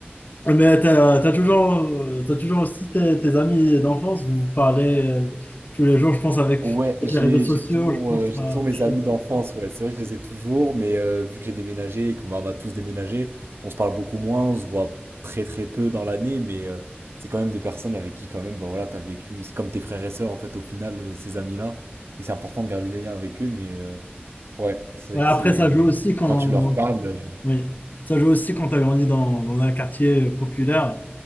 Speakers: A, on the left (about 45°); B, on the right (about 80°).
A: Mais t'as, t'as toujours, euh, t'as toujours aussi tes, tes amis d'enfance, vous parlez euh, tous les jours, je pense, avec,
B: Ouais,
A: avec
B: j'ai
A: les réseaux sociaux,
B: j'ai toujours
A: je pense.
B: euh, j'ai
A: ça-
B: toujours
A: ça
B: mes amis
A: aide.
B: d'enfance, ouais. C'est vrai que je les ai toujours, mais euh, vu que j'ai déménagé et qu'on m'a- on a tous déménagé, on se parle beaucoup moins, on se voit très très peu dans l'année, mais euh, c'est quand même des personnes avec qui quand même bah voilà, t'as vécu, c'est comme tes frères et sœurs en fait au final euh, ces amis-là, et c'est important de garder des liens avec eux, mais euh, ouais, c'est
A: Ouais,
B: vrai
A: après,
B: que c'est
A: ça joue aussi quand
B: quand tu leur parles, euh,
A: Oui, ça joue aussi quand tu as grandi dans, dans un quartier populaire.